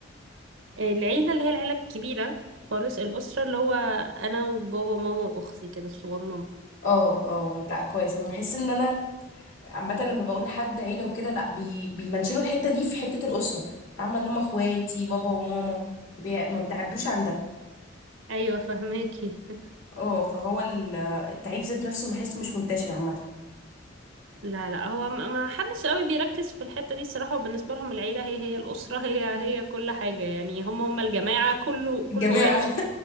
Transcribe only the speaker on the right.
العيلة اللي هي العيلة الكبيرة خالص الأسرة اللي هو أنا وبابا وماما وأختي كده الصغننة
أيوة فهماكي <laughs>
لا لا هو ما ما حدش قوي بيركز في الحتة دي الصراحة وبالنسبة لهم العيلة هي هي الأسرة هي هي كل حاجة يعني هم هم الجماعة كله كل
واحد